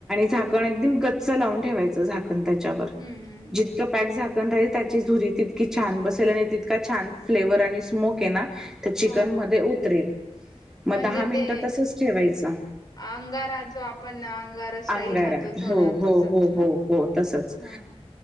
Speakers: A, in the centre; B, on the left (about 35°).
A: झाकण आगदी गच्च लावून ठेवायच. झाकण त्यावर
B: हम्म हम्म.
A: जितक पॅक झाकलं कुन राहील. त्याची धुरी तितकी छान बसेल. आणि तितका छान फ्लेवर आणि स्मोक येणार. त्या चिकन
B: हो हो
A: मध्ये उतरेल. मग
B: म्हणजे
A: दहा मिनिट
B: ते
A: तसच ठेवायचं.
B: अंगारा जो आपण ना. अंगार
A: अंगारा
B: स्टाईल खातो थोडा.
A: हो हो.
B: तसच
A: हो..
B: ना
A: हो. तसच.
B: हा हा